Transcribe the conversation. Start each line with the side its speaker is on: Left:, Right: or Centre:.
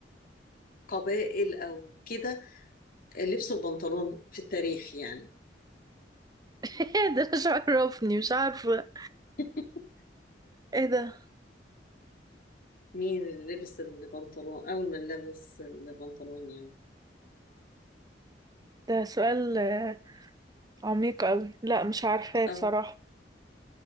Left: قبائل أو كده لبسوا البنطلون في التاريخ يعني
Right: <laughs> إيه ده مش عرفني مش عارفة
Left: <laughs>
Right: ايه ده
Left: مين اللي لبس البنطلون أول من لبس البنطلون يعني
Right: ده سؤال آه، عميق قوي لا مش عارفاه
Left: اه
Right: بصراحة